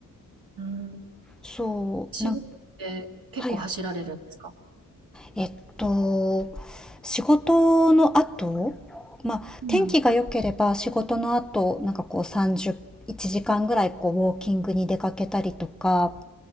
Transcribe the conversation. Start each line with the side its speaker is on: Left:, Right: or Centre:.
Right: うん。
Centre: そう、
Right: 仕事って結構走られるんですか
Centre: なんはい。えっと、仕事の後、まあ、
Right: うん、
Centre: 天気が良ければ仕事の後、なんかこう30、1時間ぐらいこうウォーキングに出かけたりとか、